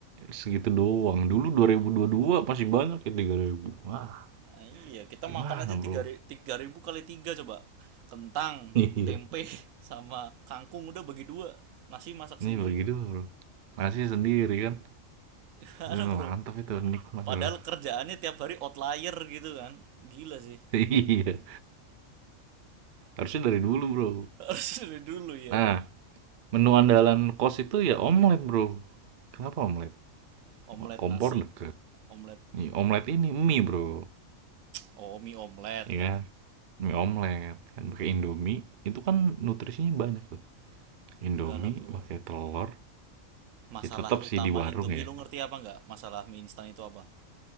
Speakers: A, on the right (about 55°); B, on the right (about 75°).
A: segitu doang. Dulu 2022 pasti banyak ya 3000. Wah,
B: Nah, iya, kita
A: gimana
B: makan aja tiga
A: bro?
B: ri- 3000 kali 3 coba. Kentang,
A: Iya.
B: tempe <laughs> sama kangkung udah bagi dua. Nasi
A: <laughs>
B: masak sendiri.
A: Ini bagi dua bro. Nasi sendiri kan.
B: <laughs> Gimana,
A: Itu
B: Bro?
A: Mantap itu, nikmat
B: Padahal
A: bro. <laughs>
B: kerjaannya tiap hari outlier gitu kan. Gila sih.
A: Iya, harusnya dari dulu bro.
B: <laughs> Harus dari dulu ya,
A: Nah,
B: Bro.
A: menu andalan kos itu ya omelet bro. Kenapa omelet?
B: Omelet
A: Kompor
B: nasi.
A: deket.
B: Omelet
A: Nih,
B: om,
A: omelet ini mie bro.
B: oh mie omelet
A: Iya, kan? mie omelet. Kan pakai Indomie, itu kan nutrisinya banyak tuh. Indomie
B: Enggak lah bro.
A: pakai telur,
B: Masalah
A: ya tetap
B: utama
A: sih di warung
B: Indomie
A: ya.
B: lu ngerti apa nggak Masalah mie instan itu apa?